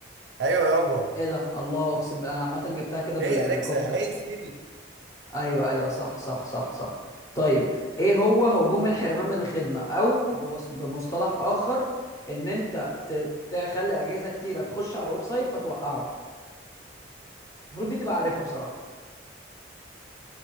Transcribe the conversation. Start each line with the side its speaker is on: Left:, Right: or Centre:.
Right: ايوه يابا
Left: ايه ده الله اقسم بالله انا عامه جبتها كده بال-
Right: هي اليكسا
Left: بالكفته
Right: هي سيري
Left: ايوه ايوه صح صح صح صح طيب ايه هو هجوم الحرمان من الخدمه او بمص- بمصطلح اخر ان انت ت- تخلي اجهزه كتيره تخش على الويب سايت فتوقعه المفروض دي تبقى عارفها بصراحه